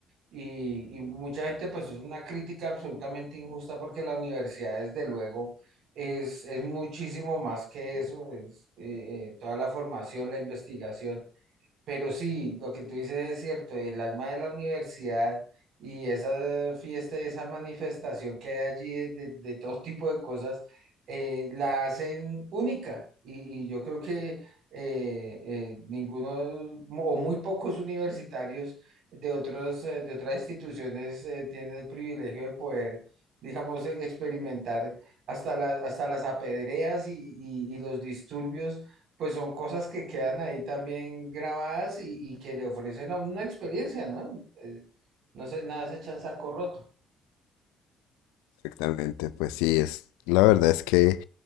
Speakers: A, on the right (about 65°); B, on the left (about 75°).
A: Y, y mucha gente, pues es una crítica absolutamente injusta porque la universidad, desde luego, es, es muchísimo más que eso, es eh, eh, toda la formación, la investigación. Pero sí, lo que tú dices es cierto, el alma de la universidad y esa fiesta, esa manifestación que hay allí de, de- de todo <laughs> tipo de cosas, eh, la hacen única. Y, y yo creo que eh, eh, ninguno mo- o muy pocos universitarios de otros, eh, de otras instituciones eh, tienen el privilegio de poder, digamos, eh, experimentar hasta la- hasta las apedreas y y- y los disturbios pues son cosas que quedan ahí también grabadas y, y que le ofrecen a uno una experiencia, ¿no? Eh, no sé, nada se echa en saco roto.
B: Exactamente, pues sí, es, la verdad es que